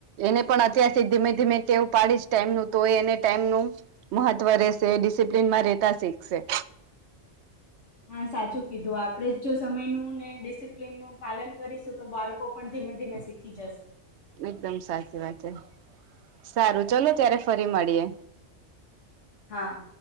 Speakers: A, on the right (about 70°); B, on the left (about 75°).
A: એને પણ અત્યારથી ધીમે ધીમે ટેવ પાડીશ ટાઈમનું તો એને ટાઈમનુ મહત્વ રહેશે ડિસિપ્લેનમાં રહેતા શીખશે.
B: હા સાચું કીધું આપડે જ જો સમયનું ને ડિસિપ્લિન નુ. પાલન કરીશું તો બાળકો પણ ધીમે ધીમે શીખી જશે.
A: એકદમ સાચી વાત છે સારું ચલો ત્યારે ફરી મળીએ.
B: હા.